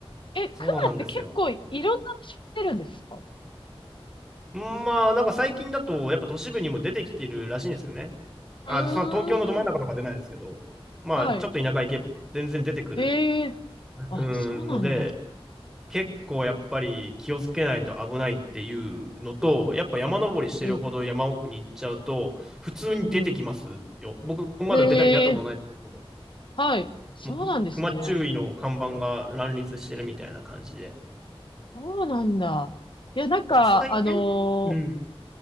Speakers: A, on the left (about 55°); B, in the centre.
A: え、クマって結構いろんな種知ってるんですかう
B: そうなんですよ。まあ、なんか最近だと、やっぱ都市部にも出てきてるらしいんですよね。
A: ーん。
B: あ、その東京のど真ん中とか出ないですけど、まあ、
A: はい。
B: ちょっと田舎行けば全然出てくる、
A: へえ。あ、
B: うん、
A: そうなんだ。
B: ので、結構やっぱり気をつけないと危ないっていうのと、やっぱ山登りしてるほど山奥に行っちゃうと、
A: うんうん。
B: 普通に出てきますよ。
A: うんう
B: 僕まだ出た、
A: ん。へえ。
B: 出会ったことないですけど、
A: はい。そうなんですね。
B: もう熊注意の看板が乱立してるみたいな感じで。
A: そうなんだ。いや、なんか、
B: さすがにね、
A: あのー
B: うん。